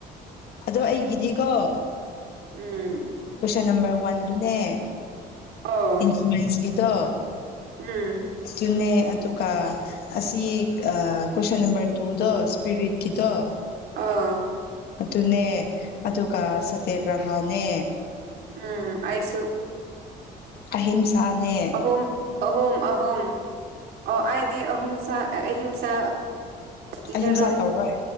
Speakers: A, on the left (about 70°); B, on the right (about 80°).
A: ꯑꯗꯣ ꯑꯩꯒꯤꯗꯤꯀꯣ
B: ꯎꯝ
A: ꯀꯣꯏꯁꯟ ꯅꯝꯕꯔ ꯋꯥꯟꯗꯨꯅꯦ
B: ꯑꯣ
A: ꯏꯟꯁꯨꯔꯦꯟꯁꯀꯤꯗꯣ
B: ꯎꯝ
A: ꯑꯗꯨꯅꯦ ꯑꯗꯨꯒ ꯑꯁꯤ ꯀꯣꯏꯁꯟ ꯅꯝꯕꯔ ꯇꯨꯗꯣ ꯁ꯭ꯄꯤꯔꯤꯠꯀꯤꯗꯣ
B: ꯑꯥ
A: ꯑꯗꯨꯅꯦ ꯑꯗꯨꯒ ꯁꯠꯇ꯭ꯌꯒ꯭ꯔꯍꯅꯦ
B: ꯎꯝ ꯑꯩꯁꯨ
A: ꯑꯍꯤꯝꯁꯥꯅꯦ
B: ꯑꯍꯨꯝ ꯑꯍꯨꯝ ꯑꯍꯨꯝ ꯑꯣ ꯑꯩꯗꯤ ꯑꯍꯨꯝꯁꯥ ꯑꯍꯤꯝꯁꯥ ꯏꯜꯂꯔꯣꯏ
A: ꯑꯍꯤꯡꯁꯥ ꯇꯧꯔꯣꯏ